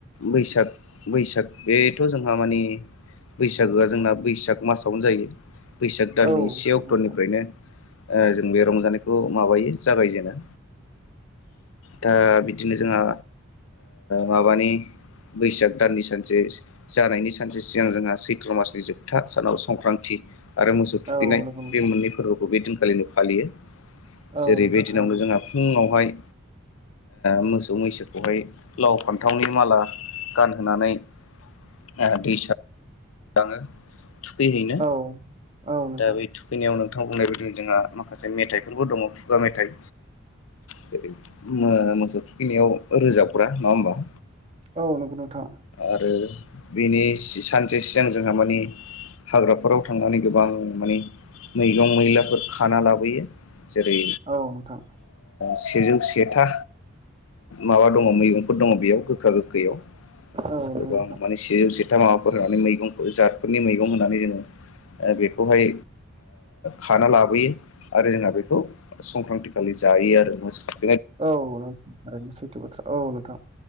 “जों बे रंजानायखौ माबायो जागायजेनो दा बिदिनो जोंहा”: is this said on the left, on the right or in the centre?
Left